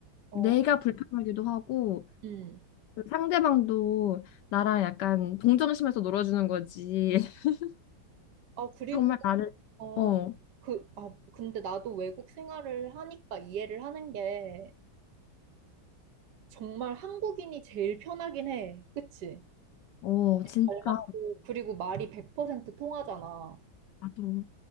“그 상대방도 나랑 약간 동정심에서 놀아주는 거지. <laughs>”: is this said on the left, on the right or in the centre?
Left